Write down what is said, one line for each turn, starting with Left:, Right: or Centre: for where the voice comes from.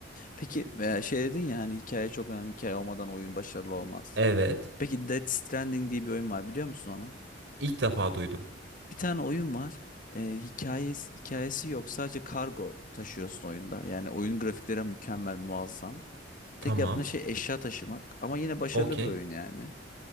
Left: Peki e, şey dedin ya hani hikaye çok önemli. Hikaye olmadan oyun başarılı olmaz.
Right: Evet.
Left: Peki Death Stranding diye bir oyun var biliyor musun onu?
Right: İlk defa duydum.
Left: Bir tane oyun var. E, hikayesi, hikayesi yok. Sadece kargo taşıyorsun oyunda. Yani oyun grafikleri mükemmel, muazzam. Tek
Right: Tamam.
Left: yaptığın şey eşya taşımak. Ama yine başarılı
Right: Okey.
Left: bir oyun yani.